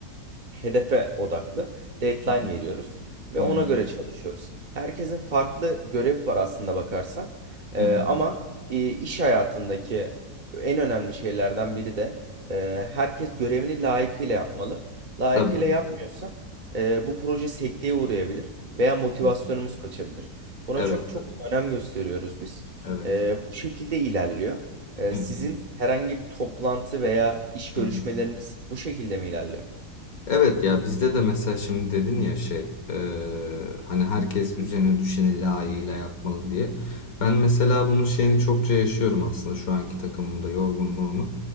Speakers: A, on the right (about 35°); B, on the left (about 65°).
A: hedefe odaklı deadline
B: Hı hı,
A: veriyoruz ve
B: hı
A: ona
B: hı,
A: göre çalışıyoruz. Herkesin farklı görevi var aslında bakarsan. Ee,
B: hı hı.
A: ama e, iş hayatındaki en önemli şeylerden biri de e, herkes görevini layıkıyla yapmalı. Layıkıyla
B: Tabii.
A: yapmıyorsa e, bu proje sekteye uğrayabilir veya motivasyonumuz
B: Evet,
A: kaçabilir. Buna
B: evet,
A: çok çok
B: evet.
A: önem gösteriyoruz biz.
B: evet.
A: E, bu şekilde ilerliyor. Ee,
B: Hı hı,
A: sizin herhangi bir toplantı veya iş görüşmeleriniz
B: hı hı.
A: bu şekilde mi ilerliyor?
B: Evet ya bizde de mesela şimdi dedin ya şey eee, hani herkes üzerine düşeni layığıyla yapmalı diye. Ben mesela bunun şeyini çokça yaşıyorum aslında şu anki takımımda yorgunluğunu.